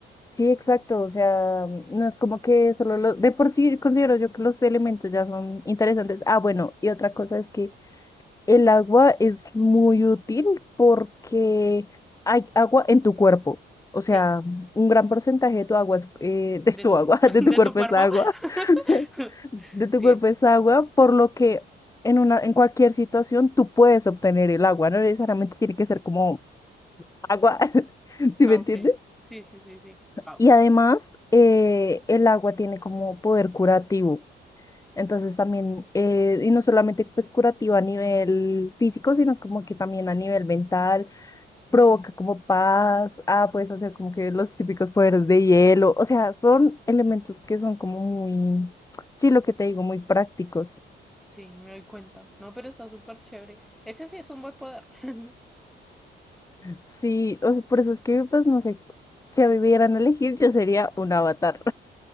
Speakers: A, on the left (about 15°); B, in the centre.
A: Sí, exacto. O sea, mm, no es como que solo los... De por sí considero yo que los elementos ya son interesantes. Ah, bueno, y otra cosa es que El agua es muy útil porque hay agua en tu cuerpo. O
B: Sí,
A: sea, un gran porcentaje de tu agua es, eh, <laughs> de
B: de
A: tu
B: tu, cu-
A: agua,
B: <laughs>
A: <laughs> de tu
B: de
A: cuerpo
B: tu cuerpo.
A: es agua.
B: <laughs>
A: <laughs> De
B: Sí,
A: tu cuerpo es agua, por lo que en una, en cualquier situación tú puedes obtener el agua. No necesariamente tiene que ser como agua, <laughs> ¿sí
B: ah,
A: me entiendes?
B: ok. Sí, sí, sí, sí. Wow.
A: Y además, eh, el agua tiene como poder curativo. Entonces también, eh, y no solamente pues curativo a nivel físico, sino como que también a nivel mental, provoca como paz, ah, puedes hacer como que los típicos poderes de hielo, o sea, son elementos que son como muy, sí, lo que te digo, muy prácticos.
B: Sí, me doy cuenta. No, pero está súper chévere. Ese sí es un buen poder. <laughs>
A: Sí, o sea, por eso es que pues no sé, si a mí me dieran a elegir, yo sería un avatar.